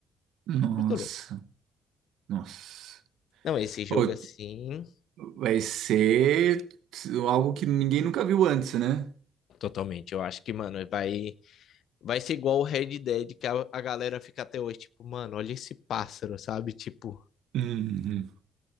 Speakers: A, on the right (about 80°); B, on the left (about 70°).
A: nossa,
B: muito louco.
A: nossa.
B: Não, esse jogo
A: Ô,
B: assim,
A: vai ser algo que ninguém nunca viu antes, né?
B: totalmente. Eu acho que, mano, vai, vai ser igual o Red Dead, que a, a galera fica até hoje, tipo, mano, olha esse pássaro, sabe? Tipo,
A: Uhum.